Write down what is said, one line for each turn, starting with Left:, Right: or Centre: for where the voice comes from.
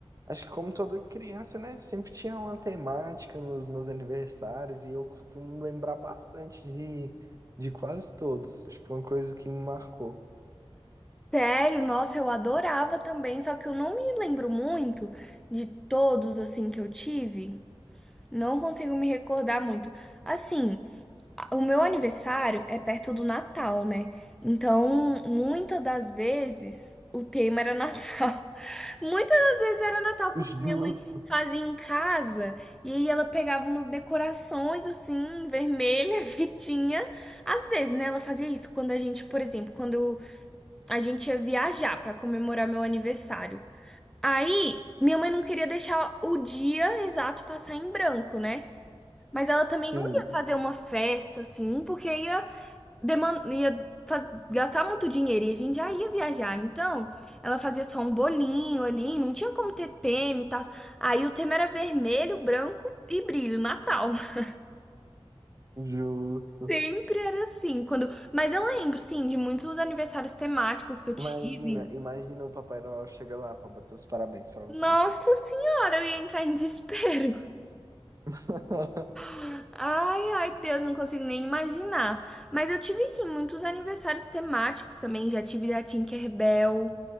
Right: Acho que como toda criança, né? Sempre tinha uma temática nos meus aniversários e eu costumo lembrar bastante de, de quase todos. Acho que foi uma coisa que me marcou.
Centre: Sério, nossa, eu adorava também, só que eu não me lembro muito de todos assim que eu tive. Não consigo me recordar muito. Assim, O meu aniversário é perto do Natal, né? Então, muitas das vezes o tema era Natal. <laughs> Muitas das vezes era Natal,
Right: Justo.
Centre: porque minha mãe fazia em casa e aí ela pegava umas decorações assim, vermelha <laughs> que tinha. Às vezes, né? Ela fazia isso quando a gente, por exemplo, quando a gente ia viajar pra comemorar meu aniversário. Aí, minha mãe não queria deixar o dia exato passar em branco, né? Mas ela também
Right: Sim,
Centre: não ia fazer uma festa assim, porque ia deman- ia faz- gastar muito dinheiro e a gente já ia viajar. Então, ela fazia só um bolinho ali, não tinha como ter tema e tal. Aí o tema era vermelho, branco e brilho, Natal. <laughs>
Right: justo.
Centre: Sempre era assim, quando, mas eu lembro sim de muitos aniversários temáticos que eu tive.
Right: Imagina, imagina o Papai Noel chega lá para bater os parabéns para você.
Centre: Nossa senhora, eu ia entrar em desespero.
Right: <laughs>
Centre: <laughs> Ai, ai, Deus, não consigo nem imaginar. Mas eu tive sim muitos aniversários temáticos também, já tive da Tinkerbell.